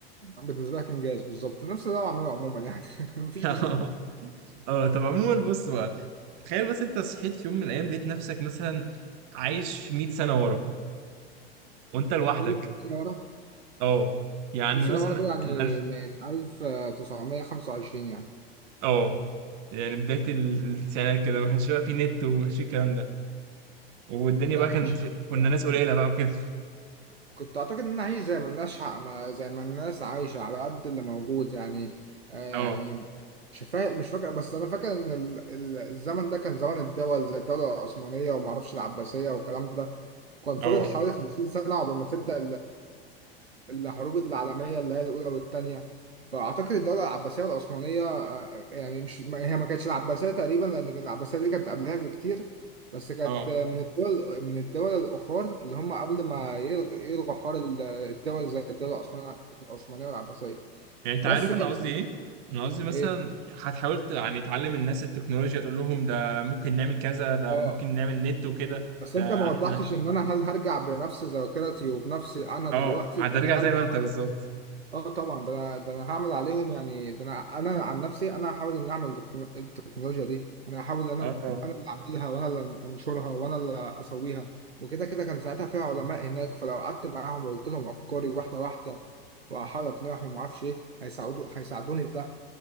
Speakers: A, on the right; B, on the right.
A: طب، بالنسبة لك انجاز بالظبط نفس اللي انا بعمله عموما يعني <laughs> مفيش
B: <laughs>
A: جديد
B: اه اه طب عموما بص بقى تخيل مثلا انت صحيت في يوم من الايام لقيت نفسك مثلا عايش في 100 سنه ورا وانت لوحدك
A: نيجي سنة ورا
B: اه يعني
A: نيجي سنة
B: مثلا
A: ورا كده يعني
B: الالف
A: من 1925 يعني
B: اه يعني بدايه ال- التسعينات كده ما كانش بقى في نت وما كانش في الكلام ده والدنيا
A: كنت
B: بقى
A: عايش
B: كانت كنا
A: يعني
B: ناس قليله بقى وكده
A: كنت اعتقد انها هي زي ما الناس حق ما زي ما الناس عايشه على قد اللي موجود يعني آه يعني
B: اه
A: مش فا... مش فاكر بس انا فاكر ان ال... ال- الزمن ده كان زمن الدول زي الدوله العثمانيه وما اعرفش العباسيه والكلام ده كان فاضل
B: اه
A: حوالي 50 سنه قبل ما تبدا الحروب العالمية اللي هي الأولى والتانية فأعتقد الدولة العباسية والعثمانية آه، يعني مش ما- هي ما كانتش العباسية تقريبا لأن العباسية دي كانت قبلها بكتير بس كانت
B: اه
A: آه، من الدول من الدول الأخرى اللي هم قبل ما يلغ- يلغوا حوار ال- الدول زي الدولة العثمان- العثمانية والعباسية
B: يعني انت
A: بس
B: عارف
A: كان
B: انا قصدي
A: سا-
B: ايه؟ انا قصدي مثلا
A: إيه
B: هتحاول ت- يعني تعلم الناس التكنولوجيا تقول لهم ده ممكن نعمل كذا ده
A: آه
B: ممكن نعمل نت وكده
A: بس
B: ده
A: أنت ما وضحتش
B: احنا
A: إن أنا هل هرجع بنفس ذاكرتي وبنفس أنا دلوقتي
B: اه هترجع
A: ولا هرجع
B: زي ما انت بالظبط
A: اه طبعا ده انا ده انا هعمل عليهم يعني ده انا انا عن نفسي انا هحاول ان اعمل التكنو- التكنولوجيا دي انا هحاول ان
B: اه
A: انا انا اللي اعملها وانا اللي انشرها وانا اللي اسويها وكده كده كان ساعتها فيها علماء هناك فلو قعدت معاهم وقلت لهم افكاري واحده واحده واحاول اقنعهم ومعرفش ايه هيساعدوا هيساعدوني في ده